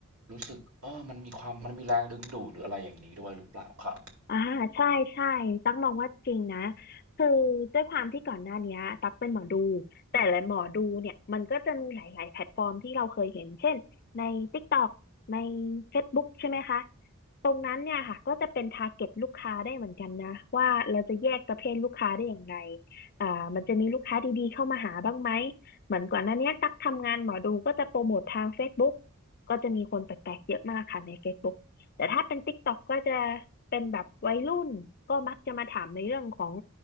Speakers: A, on the right (about 70°); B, on the left (about 45°).
A: รู้สึกเออมันมีความมันมีแรงดึงดูดหรืออะไรอย่างนี้ด้วยหรือเปล่าครับ
B: อ่าใช่ใช่ตั๊กมองว่าจริงนะคือด้วยความที่ก่อนหน้าเนี้ยตั๊กเป็นหมอดูแต่ละหมอดูเนี่ยมันก็จะมีหลายๆแพลตฟอร์มที่เราเคยเห็นเช่นใน t ิกตอกในเฟซบุ๊กใช่ไหมคะ ตรงนั้นเนี่ยค่ะก็จะเป็น target ลูกค้าได้เหมือนกันนะว่าเราจะแยกประเภทลูกค้าได้อย่างไรอ่ามันจะมีลูกค้าดีๆเข้ามาหาบ้างไหมเหมือนก่อนหน้าเนี้ยตักทำงานหมอดูก็จะโปรโมททาง Facebook ก็จะมีคนแปลกๆเยอะมากค่ะใน Facebook แต่ถ้าเป็น TikTok ก็จะเป็นแบบวัยรุ่นก็มักจะมาถามในเรื่องของ